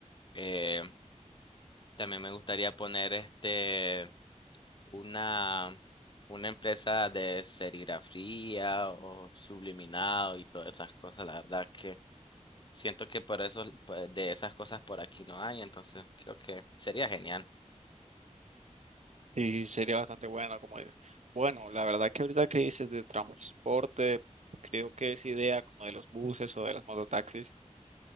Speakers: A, on the left; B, on the right.
A: eh, También me gustaría poner este una, una empresa de serigrafía o subliminado y todas esas cosas. La verdad que siento que por eso pues, de esas cosas por aquí no hay, entonces creo que sería genial.
B: Y sería bastante bueno, como es. Bueno, la verdad que ahorita que dices de transporte, creo que esa idea como de los buses o de las mototaxis